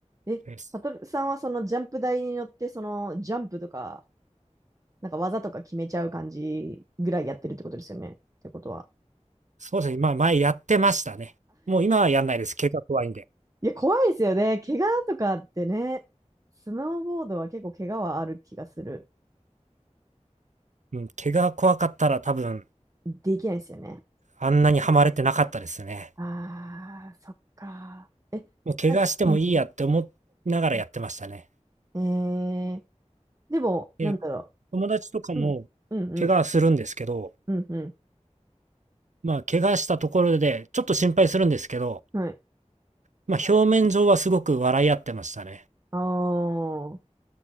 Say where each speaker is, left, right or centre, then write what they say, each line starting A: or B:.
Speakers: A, on the right (about 25°); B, on the right (about 80°).
A: え、
B: です。
A: サトルさんはそのジャンプ台に乗って、そのジャンプとか、なんか技とか決めちゃう感じぐらいやってるってことですよね。ってことは。
B: そうですね。まあ前やってましたね。もう今はやんないです。怪我怖いんで。
A: いや、怖いですよね。怪我とかってね。スノーボードは結構怪我はある気がする。
B: うん、怪我怖かったら多分
A: できないですよね。
B: あんなにはまれてなかったですね。
A: ああ、そっか。え、
B: もう怪我してもいいやって思いながらやってましたね。
A: なんかうん。うんえー、でも、
B: で、
A: なんだろ
B: 友達とかも
A: う。うん、うん、うん、
B: 怪我するんですけど、
A: うん、う
B: まあ、怪我したところで、ちょっと心配するんですけど、
A: ん。はい。
B: まあ、表面上はすごく笑い合ってましたね。
A: ああ、うん、